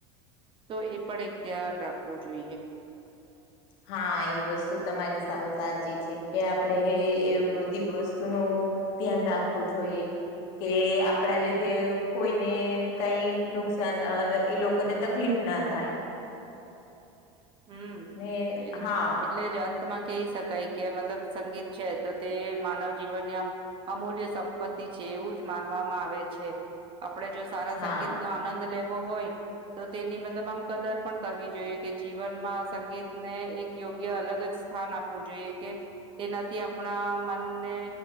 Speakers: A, on the right; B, on the left.
A: તો એ પણ એક ધ્યાન રાખવું જોઈએ
B: હા એ વસ્તુ તમારી સાવ સાચી છે કે આપડે એ બધી વસ્તુનું ધ્યાન રાખવું જોઈએ કે આપડા લીધે કોઈને કઈ નુકસાન અ એ લોકોને તકલીફ ના થાય
A: હમ
B: ને
A: એજ
B: હા
A: એ જ અંતમાં કહી શકાય મતલબ સંગીત છે તો તે માનવ જીવનની આમ અમૂલ્ય સંપત્તિ છે એવું જ માનવામાં આવે છે. આપડે જો સારા
B: હા
A: સંગીતનો આનંદ લેવો હોય તો તેની મતલબ આમ કદર પણ કરવી જોઈએ કે જીવનમાં સંગીતને એક યોગ્ય અલગ જ સ્થાન આપવું જોઈએ કે તેનાથી આપણા મનને